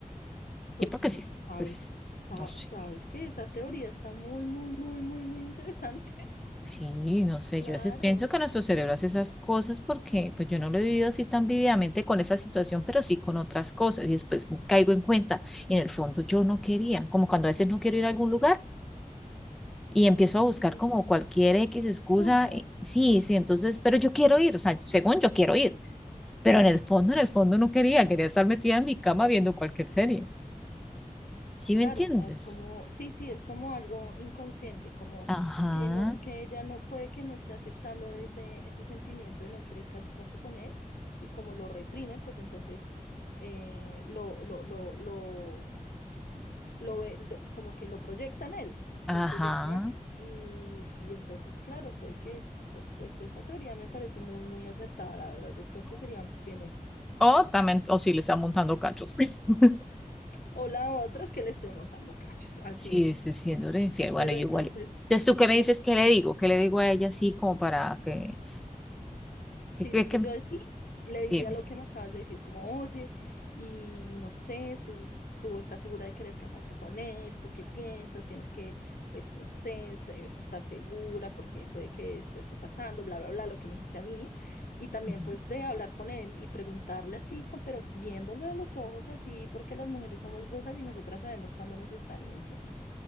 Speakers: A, in the centre; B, on the left.
A: Sí,
B: pues
A: porque
B: mm,
A: sí,
B: sabes,
A: pues,
B: sa-
A: no sé,
B: sabes que esa teoría está muy, muy, muy, muy, muy interesante. <laughs>
A: sí, no sé,
B: Claro,
A: yo a veces pienso que nuestro cerebro hace esas cosas porque pues yo no lo he vivido así tan vividamente con esa situación, pero sí con otras cosas y después caigo en cuenta, en el fondo yo no quería, como cuando a veces no quiero ir a algún lugar y empiezo a buscar
B: sí,
A: como cualquier X excusa,
B: excusas.
A: eh, sí, sí, entonces, pero yo quiero ir, o sea, según yo quiero ir, pero en el fondo, en el fondo no quería, quería estar metida en mi cama viendo cualquier serie, ¿sí
B: Claro,
A: me entiendes?
B: o sea, es como, sí, sí, es como algo inconsciente, como
A: Ajá,
B: que no, que ella no puede que no esté aceptando ese, ese sentimiento de no querer casarse con él, y como lo reprime, pues entonces eh, lo, lo, lo, lo, lo ve, lo- como que lo proyecta en él,
A: ajá.
B: lo proyecta, y, y entonces, claro, puede que, pu- pues esa teoría me parece muy, muy acertada, la verdad, yo creo que sería muy bien eso.
A: O también, o si le está montando cachos. <laughs>
B: O la otra es que le esté montando cachos, así
A: Sí,
B: es.
A: se siéndole infiel. Bueno,
B: Pero
A: yo
B: entonces.
A: igual. Entonces, ¿tú qué
B: No
A: me dices? ¿Qué le digo? ¿Qué le digo a ella así como para que,
B: Sí,
A: que, que,
B: pues
A: que-
B: yo a ti le diría
A: dime?
B: lo que me acabas de decir, como, oye, y no sé, tú, tú estás segura de querer casarte con él, tú qué piensas, tienes que, pues, no sé, se- estar segura porque puede que esto esté pasando, bla, bla, bla, lo que me dijiste a mí, y también
A: Ujú.
B: pues de hablar con él y preguntarle así, con- pero viéndolo a los ojos así, porque las mujeres somos brujas y nosotras sabemos cuando nos están mintiendo.